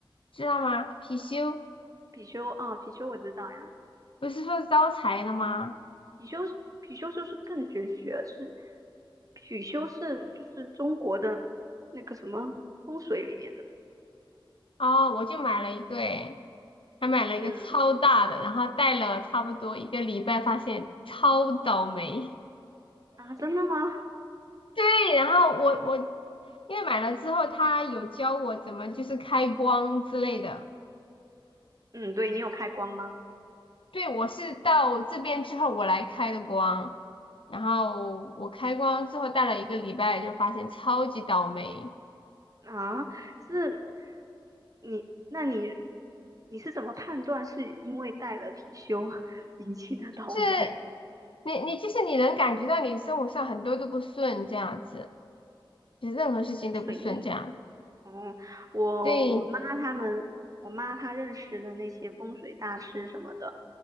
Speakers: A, on the left; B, on the right.
A: 知道吗？貔貅
B: <laughs> 貔貅啊，貔貅我知道呀。
A: 不是说招财的吗？
B: 貔貅是貔貅就是更玄学，是貔貅是就是中国的那个什么风水里面的。
A: 哦，我就买了一个，哎，还买了一个超大的，
B: 嗯
A: 然后戴了差不多一个礼拜，发现超倒霉。
B: 啊，真的吗？
A: 对，然后我我因为买了之后，他有教我怎么就是开光之类的。
B: 嗯，对你有开光吗？
A: 对，我是到这边之后我来开的光，然后我开光之后戴了一个礼拜，就发现超级倒霉，
B: 啊，是你，那你你是怎么判断是因为带了貔貅 <laughs> 引起的倒霉
A: 就是你你就是你能感觉到你生活上很多都不顺这样子，就是任何事情都不顺这样。
B: <laughs> 水逆？哦，我我妈他们，
A: 对，
B: 我妈她认识的那些风水大师什么的，